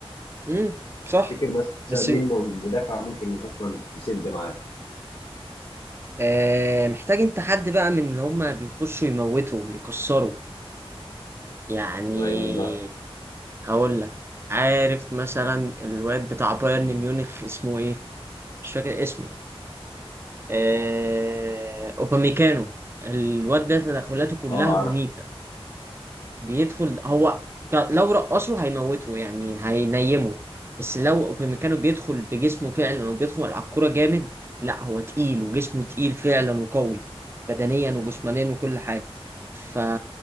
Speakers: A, on the right; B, on the left.
A: مم. صح
B: تفتكر مثلا
A: بس
B: مين م- مدافع ممكن اصلا يسد معاه
A: آه محتاج انت حد بقى من اللي هما بيخشوا يموتوا يكسروا يعني
B: زي مين بقى
A: هقول لك عارف مثلا الواد بتاع بايرن ميونخ اسمه ايه مش فاكر اسمه آه... اوباميكانو الواد ده تدخلاته كلها
B: اه
A: مميتة
B: عارف
A: بيدخل هو ك- لو رقصه هيموته يعني هينيمه بس لو اوبامكانو بيدخل بجسمه فعلا وبيدخل على الكوره جامد لا هو تقيل وجسمه تقيل فعلا وقوي بدنيا وجسمانيا وكل حاجه فا